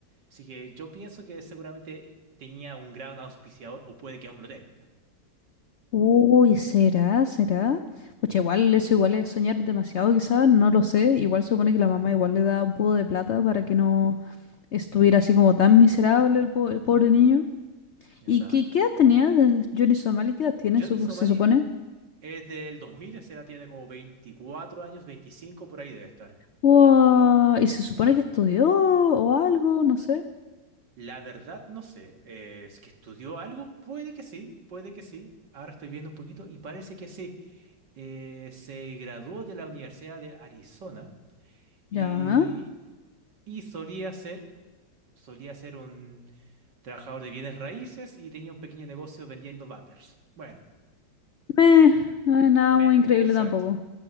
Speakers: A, on the right (about 70°); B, on the left (about 85°).
A: Así que yo pienso que seguramente tenía un gran auspiciador o puede que aún lo tenga.
B: Uy, ¿será? ¿Será? Pues igual eso igual es soñar demasiado quizás, no lo sé. Igual se supone que la mamá
A: Ujú,
B: igual le da un poco de plata para que no estuviera así como tan miserable el, po- el pobre niño.
A: Exacto.
B: ¿Y qué, qué edad tenía de- Johnny Somali? ¿Qué edad tiene,
A: Johnny
B: supo-
A: Somali
B: se supone?
A: es del 2000, o sea, tiene como 24 años, 25 por ahí debe estar.
B: Wow, y se supone que estudió o algo, no sé.
A: La verdad no sé, eh, si es que estudió algo, puede que sí, puede que sí. Ahora estoy viendo un poquito y parece que sí. eh, se graduó de la Universidad de Arizona
B: Ya.
A: y, y solía ser, solía ser un trabajador de bienes raíces y tenía un pequeño negocio vendiendo vapers. Bueno,
B: Meh, no es nada
A: me,
B: muy increíble
A: exacto,
B: tampoco.